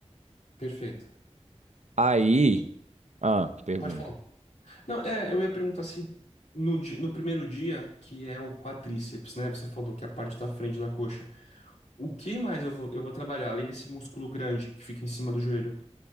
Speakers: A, on the left; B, on the right.
A: Perfeito.
B: Aí,
A: E
B: ah, pergunta.
A: pode falar. Não, é, eu ia perguntar se no, di- no primeiro dia, que é o quadríceps, né? Você falou que é a parte da frente da coxa. O que mais eu vou, eu vou trabalhar, além desse músculo grande que fica em cima do joelho?